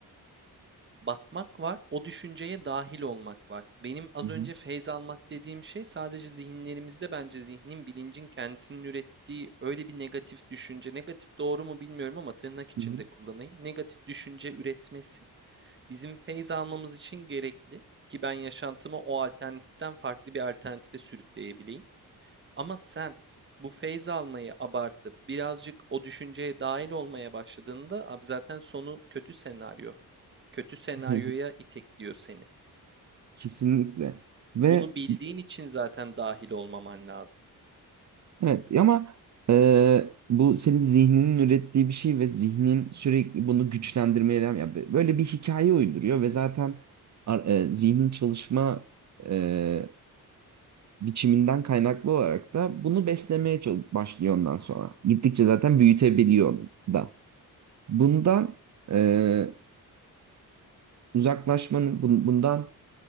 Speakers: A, on the right (about 30°); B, on the right (about 50°).
A: bakmak var, o düşünceye dahil olmak var. Benim az
B: Hı hı.
A: önce feyz almak dediğim şey sadece zihinlerimizde bence zihnin, bilincin kendisinin ürettiği öyle bir negatif düşünce. Negatif doğru mu bilmiyorum ama tırnak içinde
B: Hı hı.
A: kullanayım. Negatif düşünce üretmesi Bizim feyz almamız için gerekli ki ben yaşantımı o alternatiften farklı bir alternatife sürükleyebileyim. Ama sen bu feyz almayı abartıp birazcık o düşünceye dahil olmaya başladığında abi zaten sonu kötü senaryo. Kötü senaryoya
B: <laughs>
A: itekliyor seni.
B: Kesinlikle. Ve
A: Bunu bildiğin için zaten dahil olmaman lazım.
B: evet ama e, bu senin zihninin ürettiği bir şey ve zihnin sürekli bunu güçlendirmeye devam ya bö- böyle bir hikaye uyduruyor ve zaten ar- e, zihnin çalışma e, biçiminden kaynaklı olarak da bunu beslemeye çal- başlıyor ondan sonra. Gittikçe zaten
A: <laughs>
B: büyütebiliyor da. Bundan e, uzaklaşmanın bun- bundan